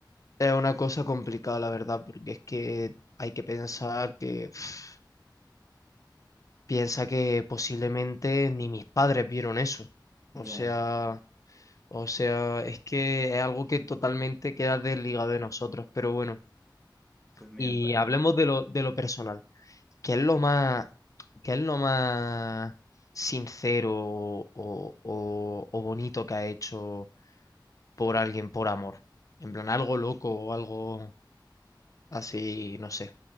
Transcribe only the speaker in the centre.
Ya,
pues mira,
para...